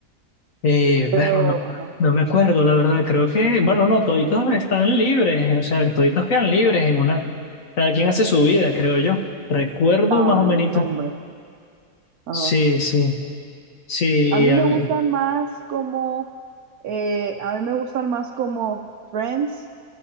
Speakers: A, on the left; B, on the right.
A: Eh,
B: pero,
A: berro, no,
B: ajá,
A: no me acuerdo, la verdad. Creo que, bueno, no, toditos están libres, o sea, toditos quedan libres en una. Cada quien hace su vida, creo yo. Recuerdo
B: ah,
A: más o menos.
B: el nombre, ajá.
A: Sí, sí, sí.
B: A mí
A: hab-
B: me gustan más como, eh, a mí me gustan más como Friends,